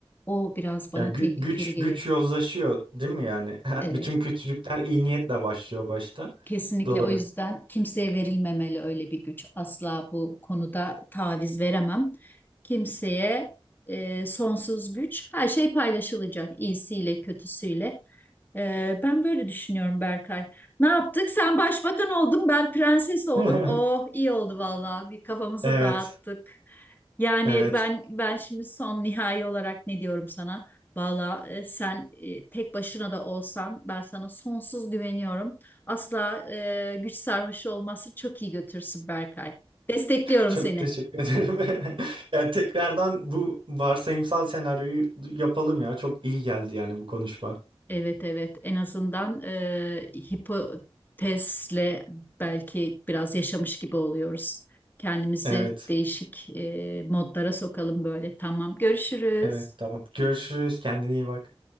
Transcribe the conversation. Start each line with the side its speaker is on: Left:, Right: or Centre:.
Left: O biraz bana
Right: Ya gü-
Left: tehlikeli
Right: güç
Left: geliyor.
Right: güç yozlaşıyor değil mi yani? <laughs>
Left: Evet.
Right: Bütün kötülükler iyi niyetle başlıyor başta.
Left: Kesinlikle
Right: Doğru.
Left: o yüzden kimseye verilmemeli öyle bir güç. Asla bu konuda taviz veremem. Kimseye e, sonsuz güç, her şey paylaşılacak, iyisiyle, kötüsüyle. Ee, ben böyle düşünüyorum Berkay. Ne yaptık? Sen başbakan oldun, ben prenses
Right: <laughs>
Left: oldum. Oh, iyi oldu vallahi. Bir kafamızı
Right: Evet.
Left: dağıttık. Yani
Right: Evet.
Left: ben ben şimdi son nihai olarak ne diyorum sana? Vallahi e, sen e, tek başına da olsan ben sana sonsuz güveniyorum. Asla e, güç sarhoşu olması çok iyi götürsün Berkay. Destekliyorum
Right: Çok
Left: seni.
Right: teşekkür ederim. <laughs> Yani tekrardan bu varsayımsal senaryoyu yapalım ya. Çok iyi geldi yani bu konuşma.
Left: Evet evet en azından e, hipotezle belki biraz yaşamış gibi oluyoruz. Kendimizi
Right: Evet.
Left: değişik e, modlara sokalım böyle. Tamam görüşürüz.
Right: Evet tamam. Görüşürüz. Kendine iyi bak.